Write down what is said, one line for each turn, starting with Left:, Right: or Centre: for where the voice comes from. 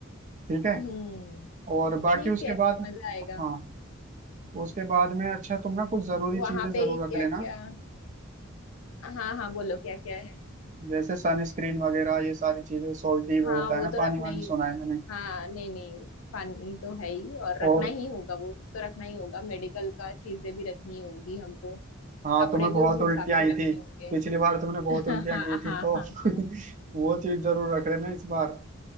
Right: ठीक है
Left: हम्म
Right: और बाकी
Left: ठीक
Right: उसके
Left: है
Right: बाद
Left: मजा आएगा
Right: हाँ उसके बाद में अच्छा तुम ना कुछ जरूरी
Left: वहां
Right: चीजें जरूर
Left: पे क्या
Right: रख लेना
Left: क्या हाँ हाँ बोलो क्या क्या है
Right: जैसे सनस्क्रीन वगैरह ये सारी चीजें सोल्टी वो
Left: हाँ
Right: होता
Left: वो
Right: है ना
Left: तो
Right: पानी
Left: रखना
Right: वानी
Left: ही होगा
Right: सुना है मैंने
Left: हाँ नहीं नहीं पानी तो है ही और
Right: और
Left: रखना ही होगा वो सब तो रखना ही होगा मेडिकल का चीजें भी रखनी होगी हमको
Right: हाँ
Left: कपड़े
Right: तुम्हें
Left: भी
Right: बहुत
Left: उसी
Right: उल्टियाँ
Left: हिसाब से
Right: आई
Left: रखने
Right: थी
Left: होंगे
Right: पिछली बार तुमने बहुत
Left: <laughs>
Right: उल्टियाँ
Left: हाँ हाँ
Right: की थी तो
Left: हाँ
Right: <laughs>
Left: हाँ
Right: वो चीज जरूर रख लेना इस बार